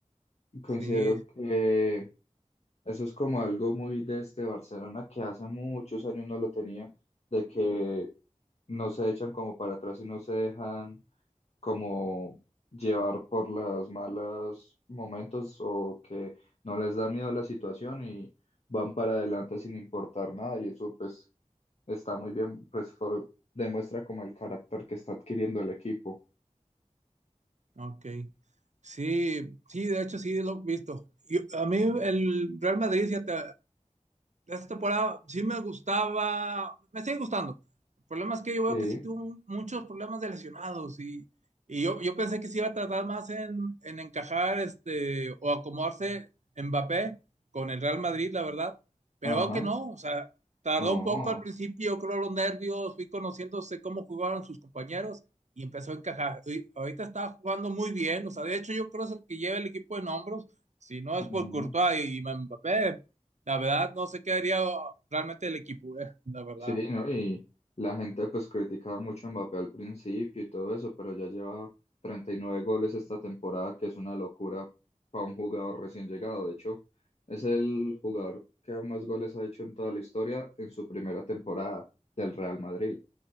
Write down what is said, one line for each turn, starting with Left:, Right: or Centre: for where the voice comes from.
Left: considero
Right: Sí,
Left: que eso es como algo muy de este Barcelona que hace muchos años no lo tenía, de que no se echan como para atrás y no se dejan como llevar por las malas momentos o que no les da miedo la situación y van para adelante sin importar nada y eso pues está muy bien, pues fue- demuestra como el carácter que está adquiriendo el equipo.
Right: ok. Sí, sí, de hecho sí lo he visto. Yo- a mí el Real Madrid, fíjate, esta temporada sí me gustaba, me sigue gustando. El problema es que yo veo
Left: Sí,
Right: que sí tuvo muchos problemas de lesionados y, y yo, yo pensé que sí iba a tratar más en, en encajar este, o acomodarse Mbappé con el Real Madrid, la verdad. Pero
Left: ajá,
Right: veo que no, o sea, tardó
Left: no,
Right: un poco al principio, creo los nervios, fui conociéndose cómo jugaban sus compañeros y empezó a encajar. Y ahorita está jugando muy bien, o sea, de hecho yo creo que es el que lleva el equipo en hombros, si no
Left: ujú.
Right: es por Courtois y Mbappé, la verdad, no sé qué haría realmente el equipo, eh, la verdad.
Left: Sí, ¿no? Y la gente pues criticaba mucho a Mbappé al principio y todo eso, pero ya lleva 39 goles esta temporada, que es una locura para un jugador recién llegado. De hecho, es el jugador que más goles ha hecho en toda la historia en su primera temporada del Real Madrid.